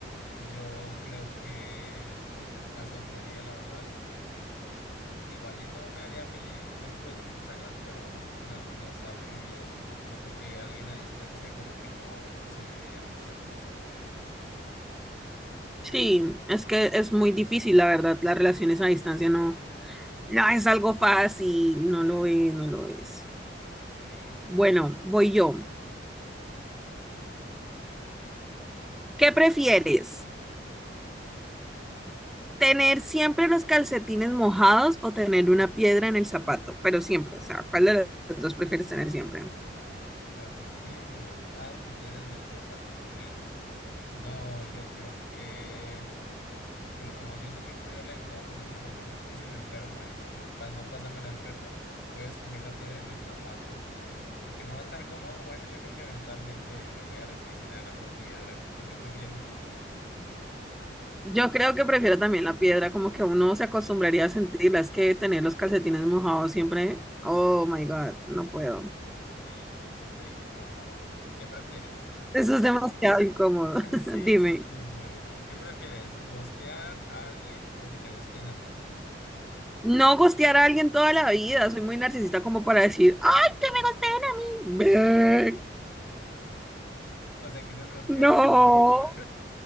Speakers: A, on the left; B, in the centre.
A: Yo creo que la soltería, la verdad. Igual y no me haría feliz después de muchos años, pero bueno, al menos habré vivido. Yo creo que alguien a distancia como que no se vivirían muchas cosas, ¿sabes?
B: Sí, es que es muy difícil, la verdad, las relaciones a distancia no, no es algo fácil, no lo es, no lo es.
A: Sí, no,
B: Bueno,
A: no.
B: voy yo. ¿Qué prefieres? ¿Tener siempre los calcetines mojados o tener una piedra en el zapato? Pero siempre, o sea, ¿cuál de los dos prefieres tener siempre?
A: Calcetines mojados o piedra en el zapato. Uy, no, yo creo que... Híjole, como yo soy muy friolento, apenas me mojo los pies y me enfermo, entonces para no pasarme la enfermo, voy a escoger la piedra en el zapato. Aunque no va a estar cómodo, bueno, yo creo que eventualmente me voy a resignar a la piedra. ¿Tú qué prefieres?
B: Yo creo que prefiero también la piedra, como que uno se acostumbraría a sentirla. Es que tener los calcetines mojados siempre, oh my God, no puedo.
A: Sí, no, súper incómodo. ¿Qué prefieres? <laughs>
B: Eso es demasiado incómodo. <laughs>
A: Sí, sí,
B: Dime.
A: sí, no, no, no. ¿Qué prefieres? ¿Gostear a alguien o que te gosteen a ti?
B: No gostear a alguien toda la vida, soy muy narcisista como para decir, ¡ay, que me gosteen
A: <laughs>
B: a mí! Ve,
A: O sea, que seas gosteado,
B: No,
A: me imagino.